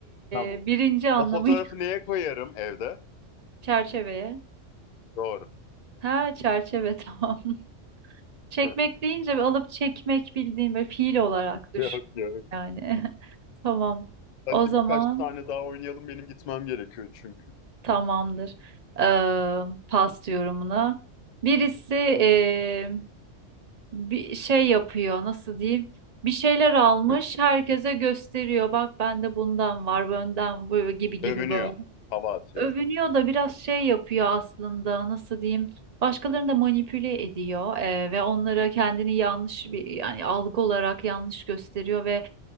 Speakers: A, on the left (about 70°); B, on the right (about 40°).
A: Tamam.
B: ee, birinci anlamıyla
A: O fotoğrafı neye koyarım evde?
B: <laughs> çerçeveye.
A: Doğru.
B: Ha çerçeve tamam. <laughs> Çekmek
A: <laughs>
B: deyince bir alıp çekmek bildiğim bir fiil olarak düşün
A: Yok yok.
B: yani. <laughs> Tamam.
A: Hadi
B: O zaman
A: birkaç tane daha oynayalım. Benim gitmem gerekiyor çünkü.
B: Tamamdır. Eee pas yorumuna. Birisi eee, bir şey yapıyor nasıl diyeyim? Bir şeyler almış
A: <laughs>
B: herkese gösteriyor. Bak bende bundan var, benden bu gibi gibi
A: Övünüyor.
B: böyle.
A: Hava atıyor.
B: Övünüyor da biraz şey yapıyor aslında nasıl diyeyim? Başkalarını da manipüle ediyor eee, ve onlara kendini yanlış bir yani algı olarak yanlış gösteriyor ve